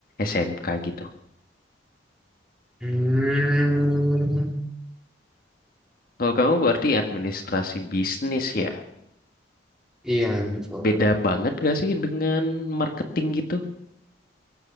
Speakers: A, on the left (about 50°); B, in the centre.
A: SMK gitu.
B: Hmm,
A: Kalau kamu berarti administrasi bisnis ya,
B: iya betul.
A: beda banget gak sih dengan marketing gitu?